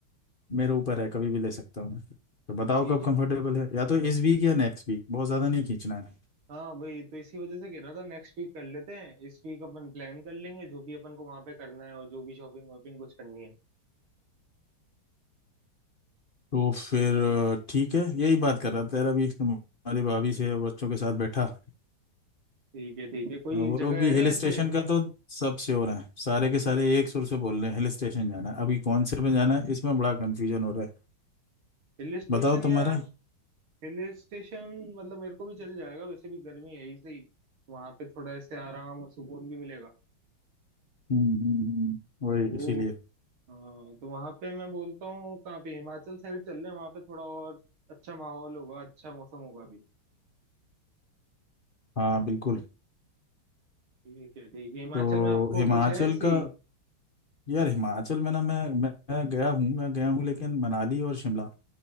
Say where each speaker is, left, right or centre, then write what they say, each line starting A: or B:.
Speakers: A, on the left; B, on the right.
A: मेरे ऊपर है कभी भी ले सकता हूँ तो बताओ
B: ठीक
A: कब
B: है
A: कंफर्टेबल है या तो इस वीक या नेक्स्ट वीक बहुत ज़्यादा नहीं खींचना है
B: हाँ वही तो इसी वजह से कह रहा था नेक्स्ट वीक कर लेते हैं इस वीक अपन प्लान कर लेंगे जो भी अपन को वहां पे करना है और जो भी शॉपिंग वॉपिंग कुछ करनी है
A: तो फिर अ, ठीक है यही बात कर रहा था यार अभी तुम्हारी भाभी से और बच्चों के साथ बैठा
B: ठीक है ठीक है कोई
A: अ, वो
B: जगह
A: लोग भी
B: है
A: हिल
B: ऐसे
A: स्टेशन का तो सब श्योर हैं सारे के सारे एक सुर से बोल रहे हैं हिल स्टेशन जाना है अभी कौन से में जाना है इसमें बड़ा कन्फ्यूजन हो रहा है
B: हिल स्टेशन
A: बताओ तुम्हारा
B: या Hill station मतलब मेरे को भी चल जाएगा वैसे भी गर्मी है ही सही वहां पे थोड़ा ऐसे आराम और सुकून भी मिलेगा
A: हम्म हम्म, हम्म, वही
B: तो
A: इसीलिए
B: हाँ, तो वहां पे मैं बोलता हूँ कहाँ पे हिमाचल साइड चल रहे हैं वहां पे थोड़ा और अच्छा माहौल होगा अच्छा मौसम होगा भी
A: हाँ बिल्कुल
B: ठीक है ठीक है हिमाचल
A: तो
B: में आपको
A: हिमाचल
B: कुछ है ऐसी
A: का यार हिमाचल में ना मैं मैं मैं गया हूँ मैं गया हूँ लेकिन मनाली और शिमला